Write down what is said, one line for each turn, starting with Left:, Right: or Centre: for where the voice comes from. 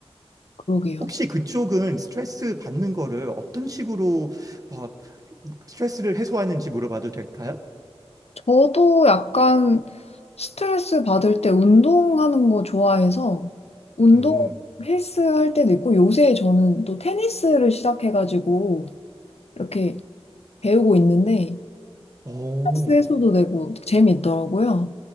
Left: 그러게요.
Right: 혹시 그쪽은 스트레스 받는 거를 어떤 식으로 어, 스트레스를 해소하는지 물어봐도 될까요?
Left: 저도 약간 스트레스 받을 때 운동하는 거 좋아해서 운동
Right: 오,
Left: 헬스 할 때도 있고 요새 저는 또 테니스를 시작해가지고 이렇게 배우고 있는데
Right: 오,
Left: 스트레스 해소도 되고 재미있더라고요.